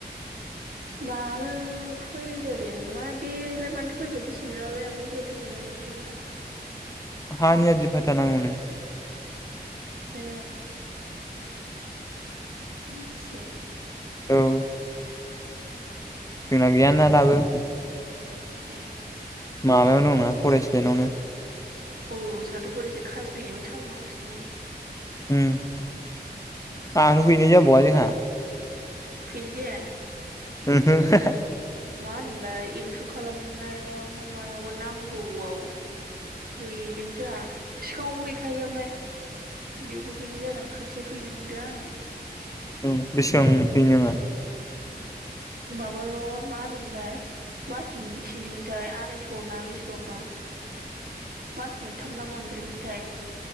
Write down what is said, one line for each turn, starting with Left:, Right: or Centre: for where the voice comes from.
Right: मानो फैया दे मा बेलाय मानोथो फैखो <unintelligible> ओमफ्राय जे <unintelligible> मानथो हरा।
Left: हा नियादि फाटा नांगौनो।
Right: ए बिथिसे
Left: औ जोंना गैयाना दाबो।
Right: ए
Left: माबायाव दंना फरेस्ट लेण्डआवनो।
Right: औ जोंहाथ' फरेस सो खाजिना हैबाय थाबावनांगौसो नामा?
Left: ओम आंथ' हैनाय जाबावा जोंहा।
Right: हैनायजाया
Left: ओम हो
Right: मा होनोमोलाय एदमिसन खालामनायाव ना मायावबा नांगौआव हैदों जोंहा सिगाङावबो हैखायो ओमफ्राय बेयावबो हैनाय जादों खनसे हैनो मोनदों आङो।
Left: ओं बेसेबां हैनाङा?
Right: माबाल' मा होनोमोनलाय मास मोनबसेनिमोनथाय आरायस' ना बेसेबांबा। मास मोनथाम ना मोनब्रै मोनथाय।